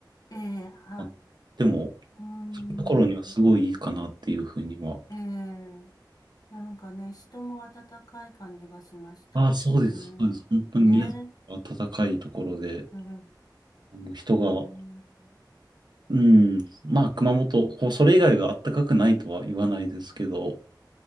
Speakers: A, on the left; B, on the right.
A: ええ、あ、
B: あでも、
A: うん。
B: そういうところにはすごいいいかなっていうふうには。
A: ええ、なんかね、人も温かい感じがしました。
B: ああ、そうです。
A: うん。
B: そうです。本当に宮崎は暖かいところで、
A: ねえ。ええ
B: あの人が、
A: うーん
B: うん、まあ熊本、ほそれ以外は暖かくないとは言わないですけど、